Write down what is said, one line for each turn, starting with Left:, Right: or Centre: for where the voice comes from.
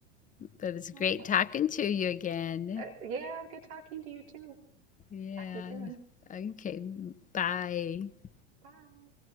Left: But it was great
Right: All right.
Left: talking to you again.
Right: Uh, yeah. Good talking to you too.
Left: Yeah.
Right: Talk to you soon.
Left: Okay. Bye.
Right: Bye.